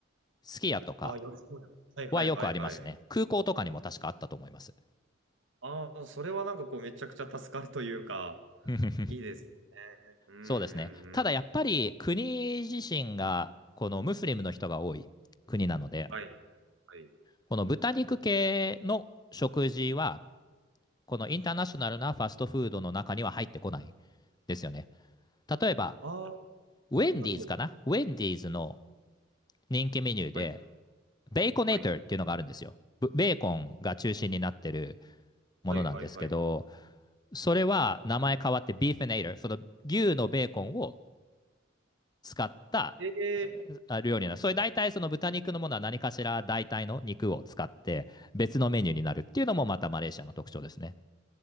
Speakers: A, on the left; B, on the right.
A: すき家とか、
B: ああ、吉野家。はいはいはいはい。
A: はよくありますね。空港とかにも確かあったと思います。
B: ああ、それはなんかこうめちゃくちゃ助かるというか、
A: <laughs>
B: いいですね。うんう
A: そうですね。ただやっぱり国自身がこのムスリムの人が多い国なので、
B: んうん。はいはい。
A: この豚肉系の食事は、このインターナショナルなファストフードの中には入ってこないですよね。例えば、
B: ああ、
A: ウェンディーズかなウェンディーズの
B: なるほど。
A: 人気メニューで、
B: はい
A: ベーコネーターっていうのがあるんですよ。
B: はい
A: ブベーコンが中心になってるものなんですけど、
B: はいはいはい。
A: それは名前変わってビーフネイター、その牛のベーコンを使った
B: え
A: あ料理なのそれ大体その豚肉のものは何かしら代替の肉を使って別のメニューになるっていうのもまたマレーシアの特徴ですね。